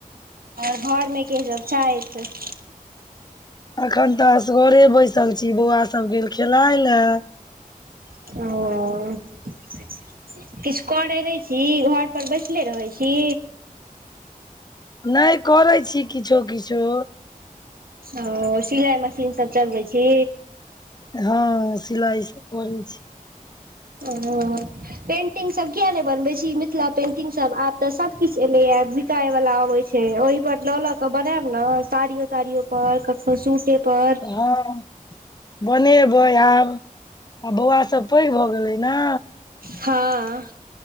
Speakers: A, on the right (about 85°); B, on the left (about 30°).
A: घर मे के सब छाइथ?
B: अखन तऽ असगरे बैसल छी बौआ सभ गेल खेलाय ले।
A: ओ किछ करै नहि छी, घर पर बैसले रहैत छी?
B: नहि करै छी किछो, किछो।
A: ओ सिलाइ मशीन सब चलबै छी।
B: हँ सिलाइ सब करै छी।
A: ओ पेन्टिंग सभ किया नहि बनबैत छी मिथिला पेन्टिंग सभ आब तऽ सभ किछ एलैए। टाय वाला आबै छै ओहि पर लऽ लऽ के बनायब ने साड़ियो ताड़ियो पर कखनो सूटे पर
B: हँ बनेबै आब बौआ सब पैघ भऽ गेलै ने
A: हँ